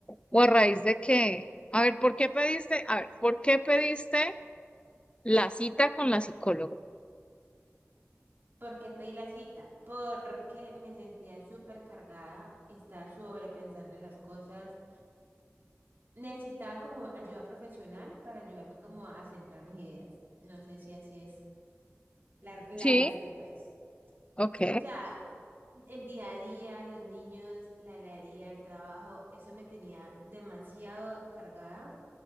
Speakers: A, on the left; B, on the right.
A: ¿O a raíz de qué? A ver, ¿por qué pediste? A ver, ¿por qué pediste la cita con la psicóloga?
B: ¿Por qué pedí la cita? Porque me sentía súper cargada, estaba sobrepensando las cosas. Necesitaba como ayuda profesional para ayudarme como a centrar mis ideas. No sé si así es. La, la
A: Sí,
B: este, pues.
A: ok,
B: O sea, el día a día, los niños, la heladería, el trabajo, eso me tenía demasiado cargada.